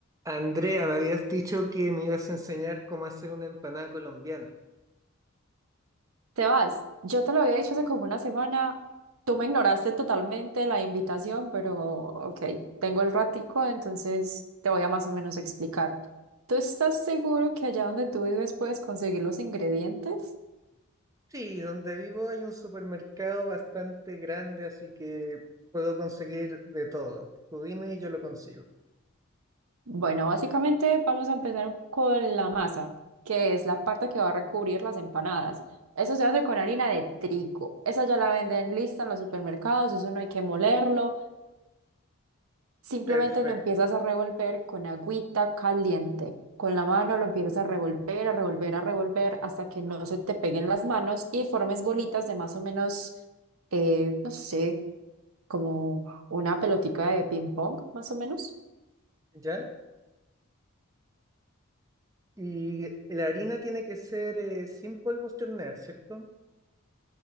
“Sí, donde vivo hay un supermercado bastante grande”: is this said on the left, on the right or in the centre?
Right